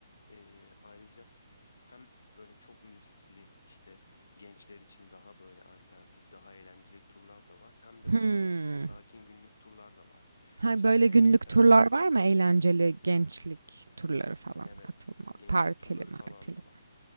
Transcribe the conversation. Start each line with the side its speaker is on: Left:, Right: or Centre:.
Left: e, ayrıca hem böyle çok müzikli işte gençler için daha böyle alternatif, daha eğlenceli turlar da var. Hem de
Right: Hmm.
Left: böyle sessiz, sakin günlük turlar da var.
Right: Ha,
Left: İşte
Right: böyle
Left: eğer
Right: günlük
Left: istersen
Right: turlar var mı? Eğlenceli gençlik turları falan
Left: evet,
Right: katılma.
Left: gençlik
Right: Partili
Left: turları
Right: martili.
Left: falan da var.